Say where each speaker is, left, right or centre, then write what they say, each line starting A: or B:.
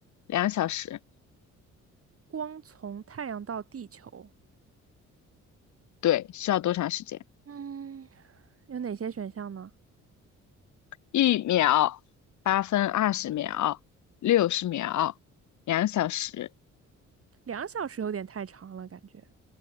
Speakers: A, on the left (about 70°); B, on the right (about 50°).
A: 两小时。
B: 光从太阳到地球，
A: 对，需要多长时间？
B: 嗯，有哪些选项呢？
A: 一秒、八分、二十秒、六十秒、两小时。
B: 两小时有点太长了，感觉，